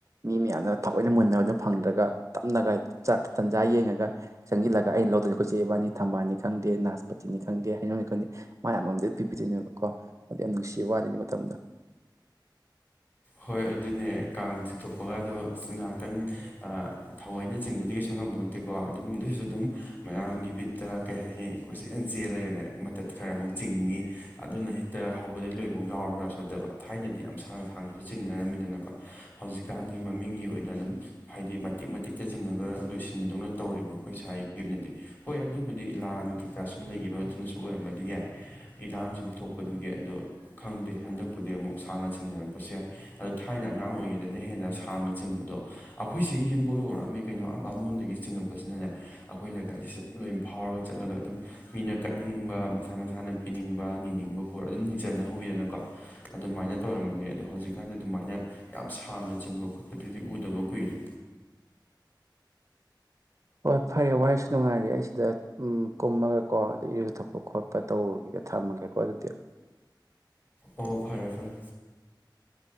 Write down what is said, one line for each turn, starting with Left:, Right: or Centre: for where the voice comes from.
Right: ꯃꯤ ꯃꯌꯥꯝꯅ ꯊꯑꯣꯏꯅ ꯃꯨꯟꯅꯕꯗꯨ ꯐꯪꯗ꯭ꯔꯒ ꯇꯞꯅꯒ ꯆꯥ ꯇꯟꯖꯥ ꯌꯦꯡꯉꯒ ꯆꯪꯁꯤꯜꯂꯒ ꯑꯩꯅ ꯂꯧꯗꯣꯏꯅꯦ ꯑꯩꯈꯣꯏꯆꯦ ꯏꯕꯥꯅꯤ ꯊꯝꯕꯥꯜꯅꯤ ꯈꯪꯗꯦ ꯅꯥꯁꯄꯇꯤꯅꯤ ꯈꯪꯗꯦ ꯑꯩꯅꯣꯅꯤ ꯈꯪꯗꯦ ꯃ ꯑꯃꯃꯝꯗ ꯄꯤꯕꯤꯗꯣꯏꯅꯦꯕꯀꯣ ꯑꯗꯣ ꯌꯥꯝ ꯅꯨꯡꯁꯤꯕ ꯋꯥꯅꯤꯗꯤ ꯃꯇꯝꯗꯣ
Left: ꯍꯣꯏ ꯑꯗꯨꯅꯦ ꯀꯥꯡ ꯆꯤꯡꯊꯣꯛꯄꯒ ꯑꯗꯣ ꯑ ꯉꯥꯏꯍꯥꯛꯇꯪ ꯊꯑꯣꯏꯅꯆꯤꯡꯕꯗꯤ ꯀꯩꯁꯨ ꯉꯝꯕ ꯅꯠꯇꯦꯀꯣ ꯑꯗꯨꯝ ꯑꯗꯨꯏꯁꯨ ꯑꯗꯨꯝ ꯃꯌꯥꯝꯒꯤ ꯕꯤꯠꯇ ꯀꯩ ꯍꯥꯏꯅꯤ ꯀꯣꯏꯆꯦꯟ ꯆꯦꯜꯂꯒꯅꯦ ꯃꯇꯠ ꯈꯔ ꯑꯃꯨꯛ ꯆꯤꯡꯉ ꯑꯗꯨꯅ ꯍꯦꯛꯇ ꯍꯧꯕꯗꯩ ꯂꯣꯏꯕꯐꯧ ꯌꯥꯎꯔꯕ꯭ꯔꯥꯁꯨ ꯅꯠꯇꯕ ꯊꯥꯏꯅꯗꯤ ꯌꯥꯝ ꯁꯥꯡꯅ ꯁꯥꯡꯅꯁꯨ ꯆꯤꯡꯅꯔꯝꯃꯤꯗꯅꯀꯣ ꯍꯧꯖꯤꯛꯀꯥꯟꯒꯤ ꯃꯃꯤꯡꯒꯤ ꯑꯣꯏꯅ ꯑꯗꯨꯝ ꯍꯥꯏꯗꯤ ꯃꯇꯤꯛ ꯃꯇꯤꯛꯇ ꯆꯤꯡꯉꯒ ꯂꯣꯏꯁꯤꯟꯕꯗꯧꯅ ꯇꯧꯔꯦꯕ ꯑꯩꯈꯣꯏ ꯁ꯭ꯋꯥꯏꯒꯤ ꯑꯣꯏꯅꯗꯤ ꯍꯣꯏ ꯑꯗꯨꯕꯨꯗꯤ ꯂꯥꯡ ꯀꯩꯀꯥ ꯁꯨꯝ ꯂꯩꯈꯤꯕ ꯑꯗꯨꯅ ꯁ ꯑꯣꯏꯔꯝꯕꯗꯤ ꯌꯥꯏ ꯏꯔꯥꯡ ꯁꯨꯝ ꯊꯣꯛꯄꯗꯨꯒꯤ ꯑꯗꯣ ꯈꯪꯗꯦ ꯍꯟꯗꯛꯄꯨꯗꯤ ꯑꯃꯨꯛ ꯁꯥꯡꯅ ꯆꯤꯡꯅꯔꯛꯄꯁꯨ ꯌꯥꯏ ꯑꯗꯣ ꯊꯥꯏꯅ ꯑꯉꯥꯡ ꯑꯣꯏꯔꯤꯉꯩꯗꯅ ꯍꯦꯟꯅ ꯁꯥꯡꯅ ꯆꯤꯡꯕꯗꯣ ꯑꯩꯈꯣꯏꯁꯤꯒꯤ ꯌꯨꯝꯐ ꯌꯧꯔꯛꯑꯝꯃꯤ ꯀꯩꯅꯣ ꯑꯝꯕ ꯑꯃꯣꯟꯗꯒꯤ ꯆꯤꯡꯉꯛꯄꯁꯤꯅꯅꯦ ꯑꯩꯈꯣꯏ ꯂꯩꯀꯥꯏꯁꯤꯦ ꯁꯨꯝ ꯂꯣꯏ ꯐꯥꯎꯔꯒ ꯆꯠꯂꯒ ꯑꯗꯨꯝ ꯃꯤꯅ ꯀꯠ ꯆꯠꯅꯤꯡꯕ ꯃꯁꯥ ꯃꯁꯥꯅ ꯄꯤꯅꯤꯡꯕ ꯅꯤꯅꯤꯡꯕꯕꯨꯔ ꯑꯗꯨꯝ ꯅꯤꯖꯅꯍꯧꯋꯤꯗꯅꯀꯣ ꯑꯗꯨꯃꯥꯏꯅ ꯇꯧꯔꯝꯕꯅꯦ ꯑꯗꯣ ꯍꯧꯖꯤꯛꯀꯥꯟꯗꯤ ꯑꯗꯨꯃꯥꯏꯅ ꯌꯥꯝ ꯁꯥꯡꯅ ꯆꯤꯡꯕ ꯈꯣꯠꯄꯗꯨꯗꯤ ꯎꯗꯕ ꯀꯨꯏꯔꯦ
Right: ꯍꯣꯏ ꯐꯔꯦ ꯋꯥꯁꯨ ꯅꯨꯡꯉꯥꯏꯔꯦ ꯑꯩꯁꯤꯗ ꯀꯨꯝꯃꯒꯀꯣ ꯑꯗꯩ ꯏꯔꯨꯖꯊꯣꯛꯄ ꯈꯣꯠꯄ ꯇꯧꯔꯨꯒꯒ ꯊꯝꯃꯒꯦꯀꯣ ꯑꯗꯨꯗꯤ
Left: ꯑꯣ ꯐꯔꯦ ꯐꯔꯦ